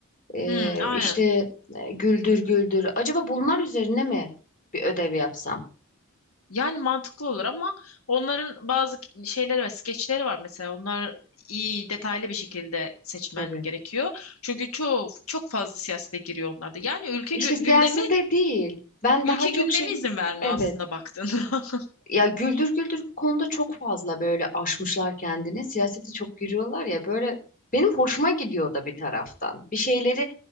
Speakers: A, on the left; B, on the left.
A: e,
B: Hmm, aynen.
A: işte e, güldür güldür. Acaba bunlar üzerine mi bir ödev yapsam?
B: Yani mantıklı olur ama onların bazı şeyleri ve skeçleri var mesela. Onlar iyi detaylı bir şekilde seçmen
A: Tabii.
B: gerekiyor. Çünkü çok çok fazla siyasete giriyor onlarda. Yani ülke
A: İşte
B: gü-
A: siyasete
B: gündemi
A: değil. Ben
B: ülke
A: daha çok
B: gündemi
A: şey...
B: izin vermiyor
A: Evet.
B: aslında baktığında. <laughs>
A: Ya güldür güldür bu konuda çok fazla böyle aşmışlar kendini. Siyasete çok giriyorlar ya böyle benim hoşuma gidiyor da bir taraftan. Bir şeyleri